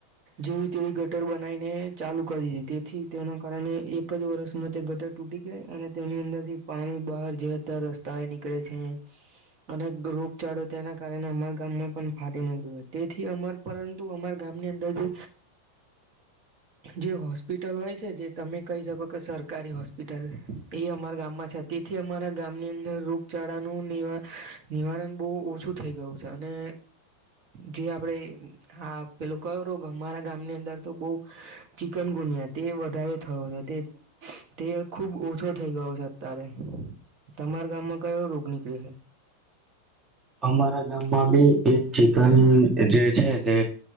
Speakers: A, on the right; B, on the right.
A: જેવી તેવી ગટર બનાવીને ચાલુ કરી દીધી તેથી તેના કારણે એક જ વર્ષમાં તે ગટર તૂટી ગાય અને તેની અંદર થી પાણી બહાર જતા રસ્તા એ નીકળે છે અને રોગચાળો તેના કારણે અમારા ગામમાં પણ ફાટી નીકળ્યું તેથી અ પરંતુ અમારા ગામની અંદર જે જે હોસ્પિટલ હોય છે જે તમે કહી શકો કે સરકારી હોસ્પિટલ એ અમારા ગામમાં છે તેથી અમારા ગામની અંદર રોગ ચડાાનું નિવા નિવારણ બો ઓછું થઈ ગયું છે અને જે આપડે હા પેલો ક્યો રોગ કે અમારા ગામની અંદર તો બો ચિકનગુનિયા તે <unintelligible> તે ખુબ ઓછો થઈ ગયો છે અત્યારે તમારા ગામમાં કયો રોગ નીકળ્યો છે?
B: અમારા ગામમાં ભી એક ચી <unintelligible> જે છે તે